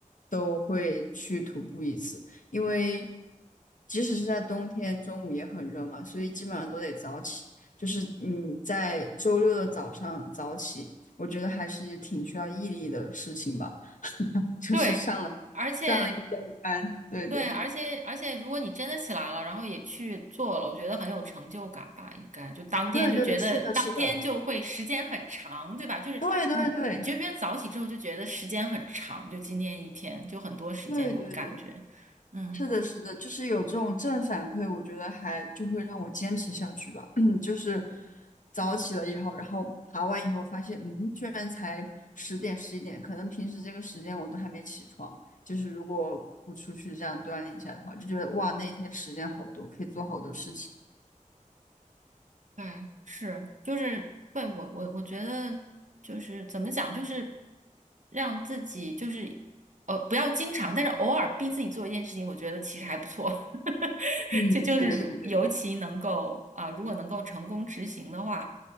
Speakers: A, on the left; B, on the right.
A: 都会去徒步一次，因为即使是在冬天，中午也很热嘛，所以基本上都得早起。就是你在周六的早上早起，我觉得还是挺需要毅力的事情吧。就是上了
B: 对，而且
A: 上了一周班，对对对。
B: 对，而且而且，如果你真的起来了，然后也去做了，我觉得很有成就感吧，应该就当天就觉得当天就会时间很长，
A: 对对，是的，是的，
B: 对吧？就是你觉不觉得早起之后就觉得时间很长，
A: 对对对
B: 就今天一天就很多时间这种感觉，
A: 对对对，
B: 嗯。
A: 是的，是的，就是有这种正反馈，我觉得还就会让我坚持下去吧。<clears throat> 就是早起了以后，然后爬完以后发现，嗯，居然才十点十一点，可能平时这个时间我都还没起床。就是如果不出去这样锻炼一下的话，就觉得哇，那一天时间好多，可以做好多事情。
B: 对，是，就是，对，我我我觉得就是怎么讲，就是让自己就是呃不要经常，但是偶尔逼自己做一件事情，我觉得其实还不错。<laughs>
A: 嗯，
B: 就就是如尤其能够啊、
A: 对对对对对
B: 如果能够成功执行的话，